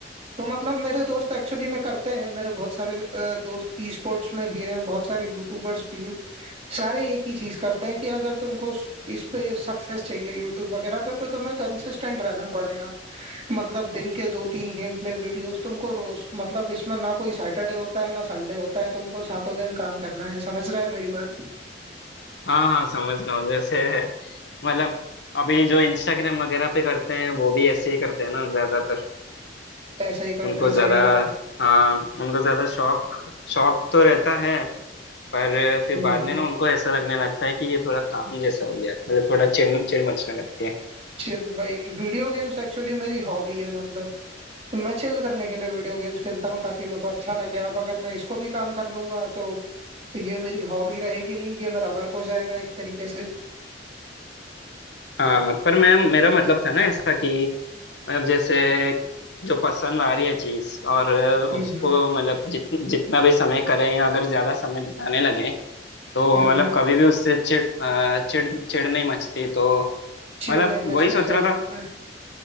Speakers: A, on the right; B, on the left.
A: तो मतलब मेरे दोस्त एक्चुअली में करते हैं मेरे बहुत सारे अ, दोस्त ई स्पोर्ट्स में भी हैं बहुत सारे यूट्यूबर्स भी हैं सारे एक ही चीज करते हैं कि अगर तुमको स- इस पे सक्सेस चाहिए यूट्यूब वगैरह पे तो तुम्हें कंसिस्टेंट रहना पड़ेगा मतलब दिन के दो तीन गेम प्ले वीडियोस तुमको रोज मतलब इसमें ना कोई सैटरडे होता है ना संडे होता है तुमको सातों दिन काम करना है समझ रहा है मेरी बात
B: हाँ हाँ समझ रहा हूँ जैसे मतलब अभी जो इंस्टाग्राम वगैरह पे करते हैं वो भी ऐसे ही करते हैं ना ज्यादातर
A: ऐसा ही करते
B: उनको
A: हैं
B: ज्यादा
A: सही बात है
B: हाँ उनको ज्यादा शौक शौक तो रहता है पर फिर
A: हम्म
B: बाद में ना उनको ऐसा लगने लगता है कि ये थोड़ा काम जैसा हो गया मतलब थोड़ा चिड़ चिड़ मचने लगती है
A: चिल भाई वीडियो गेम्स एक्चुअली मेरी हॉबी है मतलब मैं चिल करने के लिए वीडियो गेम्स खेलता हूँ ताकि मेरे को अच्छा लगे अब अगर मैं इसको भी काम कर लूंगा तो ये मेरी हॉबी रहेगी नहीं ये मेरा वर्क हो जाएगा एक तरीके से
B: हाँ पर मैं मेरा मतलब था ना ऐसा कि मतलब जैसे जो पसंद आ रही है चीज और
A: हम्म
B: उसको
A: हम्म
B: मतलब जित, जितना भी समय करें या अगर ज्यादा समय बिताने लगे तो
A: हम्म।
B: मतलब कभी भी उससे चिड़ अ, चिड़ चिड़ नहीं मचती तो
A: चिढ़
B: मतलब
A: नहीं मस्ती
B: वही सोच
A: सही
B: रहा
A: बात
B: था
A: है